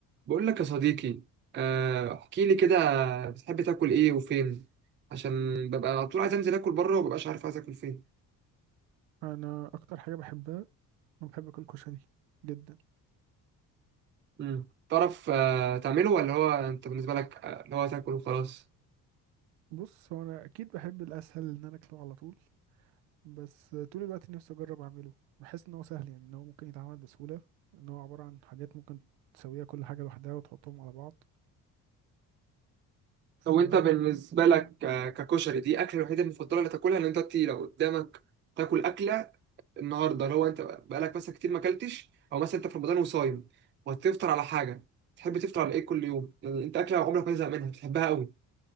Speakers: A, on the right; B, on the right.
A: بقول لك يا صديقي آه، احكي لي كده بتحب تاكل ايه وفين عشان ببقى على طول عايز انزل اكل بره ومببقاش عارف عايز اكل فين
B: انا اكتر حاجه بحبها انا بحب اكل كشري جدا
A: مم. تعرف آه، تعمله ولا هو انت بالنسبه لك آه، اللي هو تاكل وخلاص
B: بص هو انا اكيد بحب الاسهل ان انا اكله على طول بس طول الوقت نفسي اجرب اعمله بحس ان هو سهل يعني ان هو ممكن يتعمل بسهوله ان هو عباره عن حاجات ممكن تسويها كل حاجه لوحدها وتحطهم على بعض ف
A: لو انت بالنسبه لك آه، ككشري دي اكله الوحيده المفضله اللي تاكلها ان انت تي- لو قدامك تاكل اكله النهارده اللي هو انت بقالك مثلا كتير ما اكلتش او مثلا انت في رمضان وصايم وهتفطر على حاجه تحب تفطر على ايه كل يوم يعني انت اكله عمرك ما تزهق منها بتحبها قوي